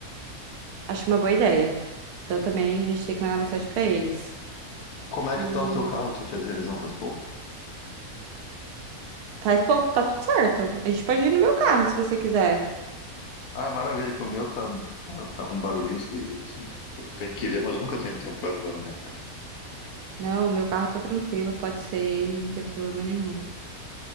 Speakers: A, on the right (about 85°); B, on the left (about 80°).
A: acho uma boa ideia. Então também a gente tem que mandar mensagem para eles.
B: Como é
A: E
B: que tá o teu carro? Tu fez revisão faz pouco?
A: faz pouco, tá tudo certo. A gente pode ir no meu carro se você quiser.
B: Ah, maravilha, que o meu tá, tá, tá com um barulhinho esquisito. Pô, Tem que ver, mas eu nunca tenho tempo pra levar no mecânico.
A: Não, o meu carro tá tranquilo, pode ser ele, não tem problema nenhum.